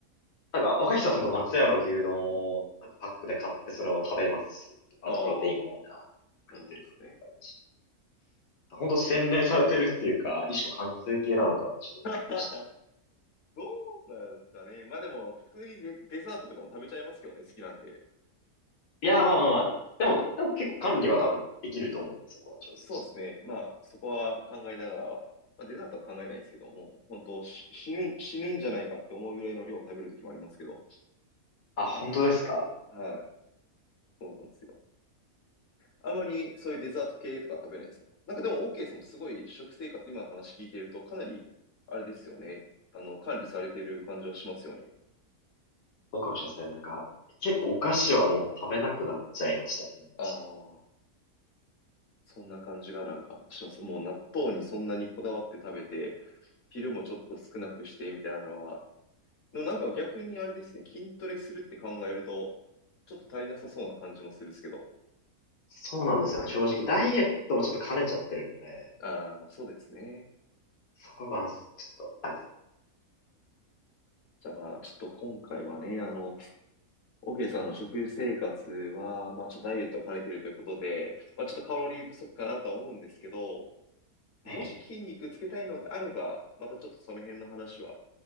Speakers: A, on the left; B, on the left.
A: なんか若い人はちゃんと松屋の牛丼をなんかパックで買ってそれを食べますとか。
B: あ
A: あとプロテインみたいな、
B: あ、なるほどですね。
A: 言ってる方ととかいるし。本当洗練されてるっていうか、一種の完成形なのかな、ちょっと思いました。
B: <laughs> どうなんですかね。まあでも、普通にデ、デザートとかも食べちゃいますけどね、好きなんで。
A: いや、まあまあまあ、でも、でも結構管理は多分できると思うんで、そこは調整して。
B: そうですね。まあ、そこは考えながらは、まあ、デザートは考えないですけども、本当し死ぬ、死ぬんじゃないかって思うぐらいの量を食べるときもありますけど。
A: あ、本当ですか
B: はい。そうなんですよ。あんまりそういうデザート系とか食べないですかなんかでも、OK さんもすごい食生活、今の話聞いてると、かなり、あれですよね。あの、管理されてる感じはしますよね。
A: どうかもしれませんね。なんか、結構お菓子はもう食べなくなっちゃいましたね、もう一年。
B: ああ、そんな感じがなんかします。もう納豆にそんなにこだわって食べて、昼もちょっと少なくしてみたいなのは、でもなんか逆にあれですね、筋トレするって考えると、ちょっと足りなさそうな感じもするんですけど。
A: そうなんですよね。正直、ダイエットもちょっと兼ねちゃってるので、
B: ああ、まあそうですね。
A: そこは、ちょっと、あれです。
B: じゃあまあちょっと今回はね、あの、OK さんの食生活は、まあちょっとダイエットを兼ねているということで、まあちょっとカロリー不足かなとは思うんですけど、もし筋肉つけたいのであれば、
A: ええ、
B: またちょっとその辺の話は、